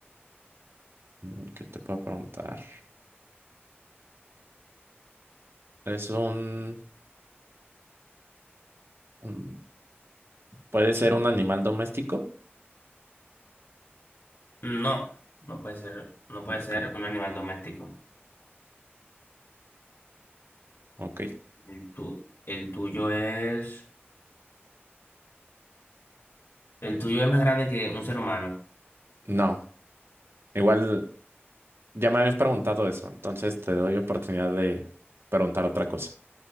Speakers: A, on the right; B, on the left.
A: mm, ¿qué te puedo preguntar? Es un, un- ¿puede ser un animal doméstico?
B: No, no puede ser, no puede
A: Ok,
B: ser un animal doméstico.
A: ok.
B: El tu- el tuyo es, el tuyo es más grande que un ser humano.
A: No, igual ya me habías preguntado eso, entonces te doy oportunidad de preguntar otra cosa.